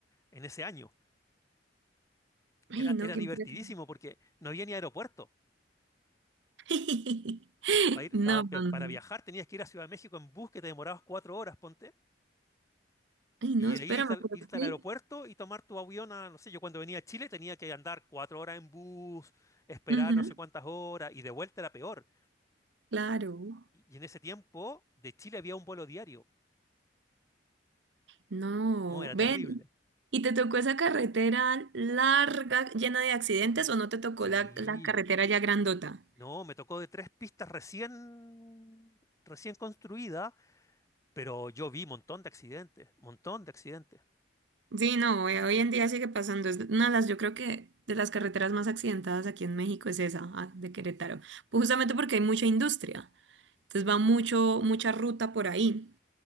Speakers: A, on the left; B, on the right.
A: en ese año.
B: Ay,
A: Era,
B: no,
A: era
B: qué
A: divertidísimo
B: impresión.
A: porque no había ni aeropuerto.
B: <laughs>
A: Para ir,
B: No,
A: pa- pa-
B: no, no.
A: para viajar tenías que ir a Ciudad de México en bus que te demorabas cuatro horas, ponte.
B: Ay, no,
A: Y de
B: espérame,
A: ahí irte al,
B: pero
A: irte
B: es que-
A: al aeropuerto y tomar tu avión a, no sé, yo cuando venía a Chile tenía que andar cuatro horas en bus, esperar
B: Ujú,
A: no sé cuántas horas y de vuelta era peor.
B: claro,
A: Y en ese tiempo, de Chile había un vuelo diario.
B: no,
A: Oh, era
B: ven.
A: terrible.
B: ¿Y te tocó esa carretera larga, llena de accidentes, o no te tocó
A: Sí.
B: la, la carretera ya grandota?
A: No, me tocó de tres pistas recién, recién construidas, pero yo vi montón de accidentes, montón de accidentes.
B: Sí, no, hoy, hoy en día sigue pasando. Es una de las, yo creo que de las carreteras más accidentadas aquí en México es esa, ah, de Querétaro. Pues justamente porque hay mucha industria. Entonces va mucho, mucha ruta por ahí.